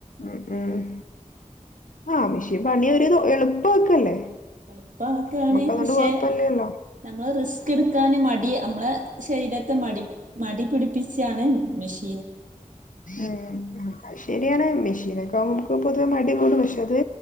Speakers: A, on the left (about 75°); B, on the right (about 70°).
A: ഉം ഉം ആ മിഷീൻ പണി ഒരു എളുപ്പാക്കല്ലേ
B: എളുപ്പ ആക്കാണ്
A: നമുക്ക് അതുകൊണ്ട്
B: പക്ഷെ
A: കൊഴപ്പല്ലല്ലോ
B: നമ്മള് റിസ് കെടുക്കാന് മടി അമ്മളെ ശരീരത്തെ മടി മടി പിടിപ്പിച്ചാണ് മെഷി
A: ഉം ഉം അയ് ശരിയാണ് മെഷീനൊക്കാംക്ക് പൊതുവെ മടി <unintelligible> റ്റത്